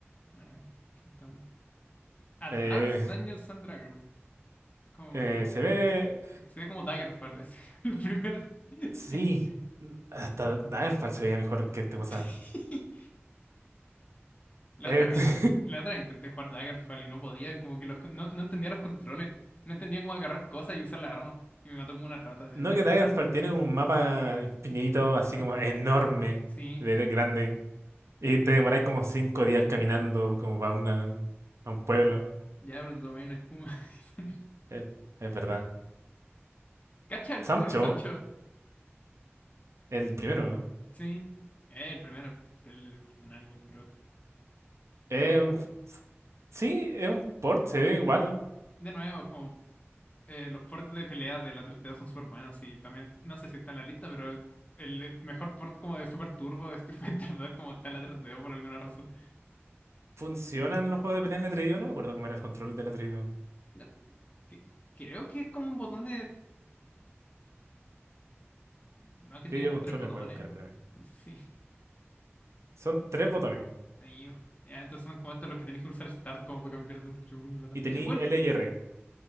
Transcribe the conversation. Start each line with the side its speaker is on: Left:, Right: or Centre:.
Left: a ver, está bueno. Advanced
Right: Eh,
Left: Dungeons and Dragons. Es Como,
Right: eh, se ve,
Left: se ve como Daggerfall, así, <laughs> el primer... <laughs>
Right: sí, hasta Daggerfall se veía mejor que esta cosa.
Left: Sí. La
Right: Este-
Left: otra vez, intent-
Right: <laughs>
Left: la otra vez intenté jugar Daggerfall y no podía, como que los, con- no, no entendía los controles. No entendía cómo agarrar cosas y usar la arma. Y me mató como una rata
Right: no
Left: en el...
Right: que Daggerfall tiene un mapa infinito, así como enorme,
Left: Sí,
Right: de grande. Y te demoráis como cinco días caminando como para una, a un pueblo.
Left: ya, pero te tomé una espuma. <laughs>
Right: Eh, es verdad.
Left: Cacha el,
Right: Sancho,
Left: el Sancho.
Right: el primero, ¿no?
Left: Sí, eh, el primero del ordinario igual, pero
Right: Es un ju- sí, es un port, se ve igual.
Left: de nuevo, como eh, los ports de pelea de la 3DO son súper buenos y también, no sé si está en la lista, pero el eh, mejor port como de Super Turbo de Street Fighter 2 como está en la 3DO por alguna razón.
Right: Funcionan los juegos de pelea en el Atreidío. No me acuerdo cómo era el control del Atreidío.
Left: Eh, que- Creo que es como un botón de... No, que
Right: Atreidío
Left: tiene como
Right: controles
Left: tres botones.
Right: voy a buscar, espérame.
Left: <laughs> Sí,
Right: Son tres botones.
Left: ahí, uh, Ya, entonces son como estos los que tenéis que usar Start como para cambiar de entre puño y patada.
Right: Y tení
Left: Bueno,
Right: L y R.